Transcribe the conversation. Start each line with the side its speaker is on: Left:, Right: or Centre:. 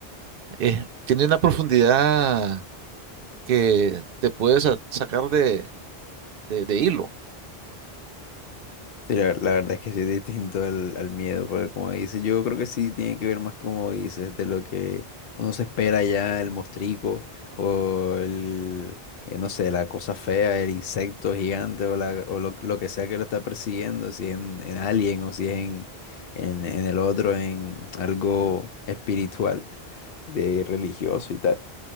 Right: Eh, tiene una profundidad que te puede sa- sacar de, de, de hilo.
Left: Sí, la, la verdad es que sí es distinto al, al miedo, porque como dices, yo creo que sí tiene que ver más como dices, de lo que uno se espera ya, el mostrico, o el, eh, no sé, la cosa fea, el insecto gigante, o, la, o lo, lo que sea que lo está persiguiendo, si es en, en Alien o si es en, en, en el otro, en algo espiritual, de religioso y tal.